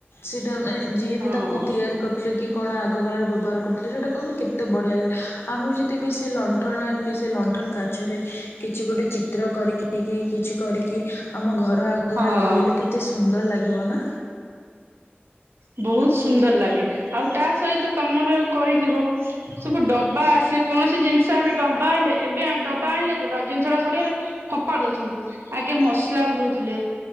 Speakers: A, on the left (about 75°); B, on the right (about 80°).
A: ସେଇଟା ମା ଯିଏ
B: ହଁ।
A: ବି ତାକୁ ତିଆରି କରିଥିଲେ କି କଣ ଆ ଆଗ କାଳ ରେ ବ୍ୟବହାର କରୁଥିଲେ ସେଟା କୁ ଆମେ କେତେ ବଢିଆ ଲାଗେ ଆମେ ଯଦି ବି ସେ ଲଣ୍ଠନ ଆଣିକି ସେ ଲଣ୍ଠନ କାଚରେ କିଛି ଗୋଟେ ଚିତ୍ର କରିକି କି କିଛି କରିକି ଆମ ଘ ଆଗରେ
B: ହଁ
A: ଲଗେଇଲେ କେତେ ସୁନ୍ଦର ଲା ବନା।
B: ବହୁତ ସୁନ୍ଦର ଲାଗେ। ଆଉ ତା ସହିତ ତମର କରିଥିବ ସବୁ ଡବା ଆସେ କୌଣସି ଜିନିଷ ଆମେ ଡବା ଆଣିଲେ। ଏବେ ଡବା ଆଣିଲେ ଜିନିଷ ଟା ସରିଗଲେ ଫୋପାଡ଼ି ଦଉଛନ୍ତି। ଆଗେ ମସଲା ପୁୁରଉଥିଲେ